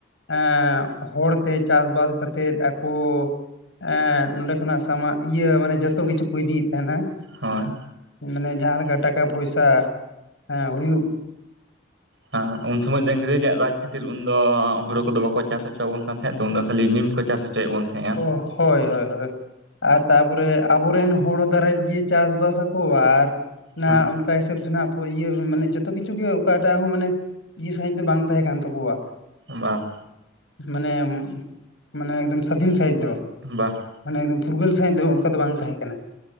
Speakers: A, on the left; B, on the right.
A: ᱮᱸᱜ ᱦᱚᱲᱛᱮ ᱪᱟᱥᱵᱟᱥ ᱠᱟᱛᱮᱫ ᱟᱠᱚ ᱮᱸᱜ ᱱᱚᱰᱮ ᱠᱷᱚᱱᱟᱜ ᱥᱟᱢᱟᱜ ᱤᱭᱟᱹ ᱢᱟᱱᱮ ᱡᱚᱛᱚ ᱠᱤᱪᱷᱩ ᱠᱚ ᱤᱫᱤᱭᱮᱫ ᱛᱟᱦᱮᱱᱟ
B: ᱦᱳᱭ
A: ᱢᱟᱱᱮ ᱡᱟᱦᱟᱸ ᱞᱮᱠᱟ ᱴᱟᱠᱟ ᱯᱚᱭᱥᱟᱸ ᱦᱩᱭᱩᱜ
B: ᱦᱮ ᱩᱱ ᱥᱩᱢᱟᱹᱡ ᱫᱚ ᱤᱝᱨᱮᱡ ᱟᱜ ᱨᱟᱡ ᱠᱷᱟᱹᱛᱤᱨ ᱩᱱ ᱫᱚ ᱦᱳᱲᱳ ᱠᱚᱫᱚ ᱵᱟᱠᱚ ᱪᱟᱥ ᱦᱚᱪᱚᱵᱚᱱ ᱠᱟᱱ ᱛᱟᱦᱮᱸᱫ ᱩᱱ ᱫᱚ ᱠᱷᱟᱹᱞᱤ ᱱᱤᱞ ᱠᱚ ᱪᱟᱥ ᱦᱚᱪᱚᱭᱮᱜ ᱵᱚᱱ ᱛᱟᱦᱮᱸᱜᱼᱟ
A: ᱚ ᱦᱳᱭ ᱦᱳᱭ ᱦᱳᱭ ᱟᱨ ᱛᱟᱯᱚᱨᱮ ᱟᱵᱚᱨᱮᱱ ᱦᱚᱲ ᱫᱟᱨᱟᱭ ᱜᱮ ᱪᱟᱥ ᱵᱟᱥ ᱟᱠᱚ ᱟᱨ ᱚᱱᱟ
B: ᱦᱮᱸ
A: ᱚᱱᱠᱟ ᱦᱤᱥᱟᱹᱵ ᱫᱚ ᱱᱟᱜ ᱤᱭᱟᱹ ᱢᱟᱱᱮ ᱡᱚᱛᱚ ᱠᱤᱪᱷᱩ ᱜᱮ ᱚᱠᱟᱴᱟᱜ ᱦᱚᱸ ᱢᱟᱱᱮ ᱤᱭᱟᱹ ᱥᱟᱺᱦᱤᱡ ᱫᱚ ᱵᱟᱝ ᱛᱟᱦᱮᱸ ᱠᱟᱱ ᱛᱟᱠᱚᱣᱟ
B: ᱵᱟ
A: ᱢᱟᱱᱮ, ᱢᱟᱱᱮ ᱮᱠᱫᱚᱢ ᱥᱟᱫᱷᱤᱱ ᱥᱟᱺᱦᱤᱡ ᱫᱚ
B: ᱵᱟᱜ
A: ᱢᱟᱱᱮ ᱮᱠᱚᱢ ᱯᱷᱩᱨᱜᱟᱹᱞ ᱥᱟᱺᱦᱤᱡ ᱫᱚ ᱚᱝᱠᱟ ᱫᱚ ᱵᱟᱝ ᱛᱟᱦᱮᱸ ᱠᱟᱱᱟ